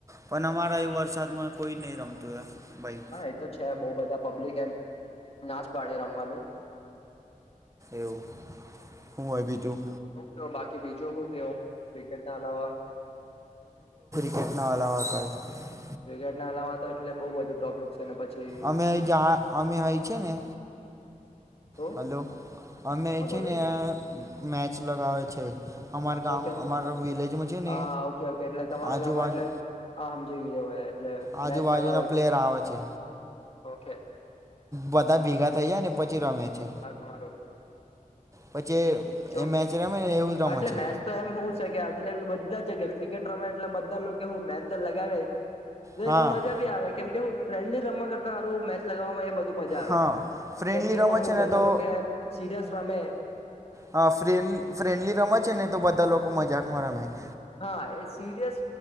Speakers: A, on the right; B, on the left.
A: પણ અમારા એ વરસાદમાં કોઈ નહી રમતું એ. ભાઈ
B: હા એ તો છે બવ બધા પબ્લિક એમ ના જ પાડે રમવાનું.
A: એવું હું હોય બીજું?
B: હું કહયો બાકી બીજો શું કયો ક્રિકેટના અલાવા
A: કેટના વાલાવાક <inaudible>
B: ક્રિકેટના અલાવા તો એટલે બહ બ ટોપિક છે ને પછી
A: અમે અમે હય છે ને
B: હું
A: હલો અમે
B: હા
A: છે
B: બોલો
A: ને મે લગાવે છે અમારા ગામ
B: ઓકે
A: અમારા વિલેજમાં છે ને
B: હા ઓકે ઓકે એટલે તમારા
A: આજુબાજુ
B: ગામમાં એટલે હા સમજી ગયો મેં એટલે
A: આજુબાજુના
B: મેચ લગાવો
A: પ્લેયર આવે છે
B: ઓકે
A: બધા ભેગા થઈ જાય ને પછી રમે છે
B: હાર હાર
A: પછી
B: જો
A: એ મેચ રમે ને એવું જ રમે
B: આટલે
A: છે
B: મેસ તો એમ હોું છે કે આટલે બી બધ બધા જગ્યા ક્રિકેટ રમે એટલે બધા લોકો હું મેચ તો લગાવે ન
A: હા
B: એમાં મજા ભી આવે કેમ કે હું ફ્રેન્લી રમવા કરતા સારું મેચ લગવામાંધ મજા આવે
A: હા ફ્રેન્ડલી
B: કેમકે
A: રમે
B: એમાં
A: છે
B: હું
A: ને
B: બધા
A: તો
B: લોકો રમસે
A: હ ફ ફ્રેન્ડલી રમે છે ને તો બધા લોકો મજાકમાં મે <inaudible>
B: હા એ સિરિયસ